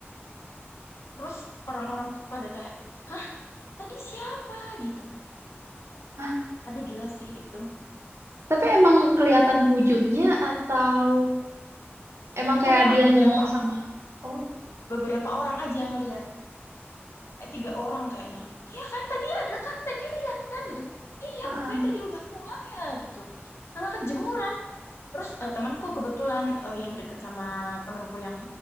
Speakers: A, on the left; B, on the right.
A: terus orang-orang tuh pada kayak hah tadi siapa gitu
B: Hah?
A: Aduh gila sih itu.
B: Tapi emang kelihatan wujudnya atau emang kayak
A: Cuma
B: dia
A: beberapa
B: ngomong sama Oh,
A: beberapa orang aja yang lihat. Kayak tiga orang kayaknya. Iya kan tadi ada kan tadi lihat kan gitu. Iya
B: ah,
A: bukannya tadi udah pulang ya gitu. Karena kejemuran. Terus eh, temanku kebetulan eh, yang deket sama temanku yang